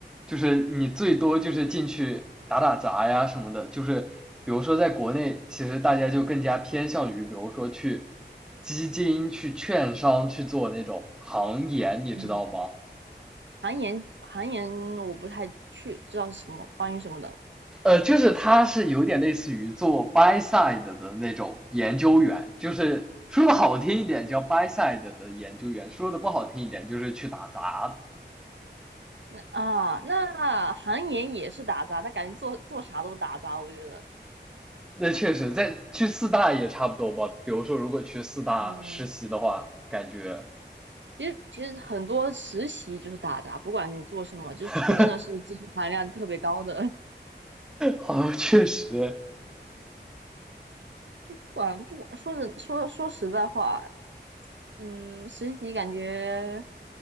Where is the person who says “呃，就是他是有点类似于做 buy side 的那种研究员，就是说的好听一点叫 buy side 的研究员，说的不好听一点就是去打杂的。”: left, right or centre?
Centre